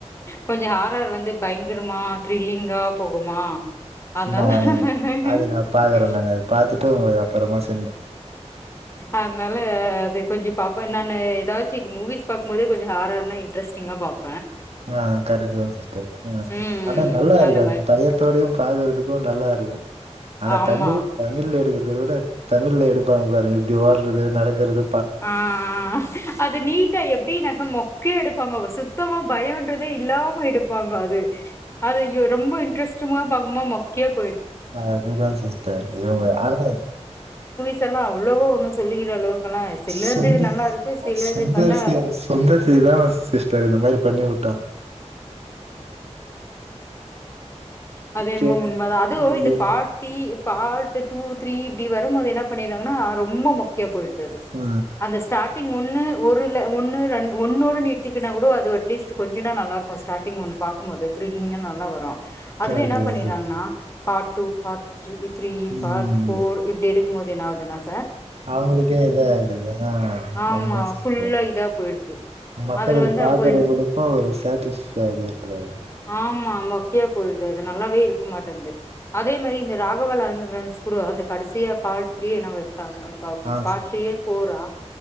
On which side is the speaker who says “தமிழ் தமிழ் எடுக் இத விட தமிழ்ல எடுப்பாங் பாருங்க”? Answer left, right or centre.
Right